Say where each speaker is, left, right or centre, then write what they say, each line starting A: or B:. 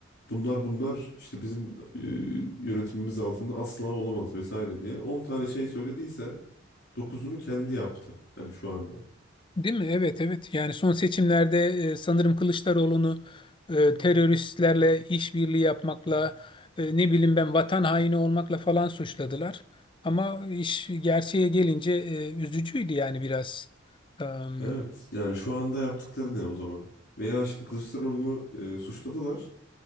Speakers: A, on the left (about 55°); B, on the left (about 25°).
A: Bunlar bunlar işte bizim e, yönetimimiz altında asla olamaz vesaire diye. on tane şey söylediyse dokuzunu kendi yaptı. Hani şu anda.
B: Değil mi? Evet evet. Yani son seçimlerde e, sanırım Kılıçdaroğlu'nu e, teröristlerle işbirliği yapmakla e, ne bileyim ben vatan haini olmakla falan suçladılar. Ama iş gerçeğe gelince e, üzücüydü yani biraz. Em,
A: Evet yani şu anda yaptıkları ne o zaman? Veya şimdi Kılıçdaroğlu'nu e, suçladılar.